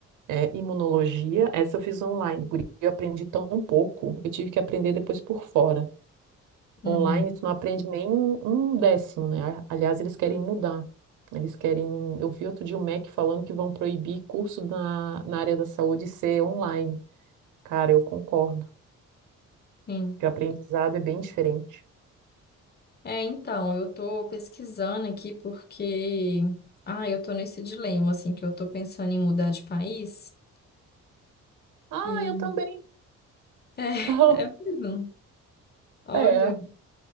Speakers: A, on the right; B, on the left.
A: é, imunologia, essa eu fiz online, guria, eu aprendi tão pouco, eu tive que aprender depois por fora.
B: Uhum.
A: Online, tu não aprende nem um um décimo, né? A- Aliás, eles querem mudar. Eles querem. Eu vi outro dia o MEC falando que vão proibir curso na, na área da saúde ser online. Cara, eu concordo.
B: Sim.
A: Que o aprendizado é bem diferente.
B: É, então, eu tô pesquisando aqui porque, ah, eu tô nesse dilema, assim, que eu tô pensando em mudar de país
A: Ah,
B: e,
A: eu também.
B: é, <laughs>
A: <laughs>
B: é mesmo, olha,
A: É.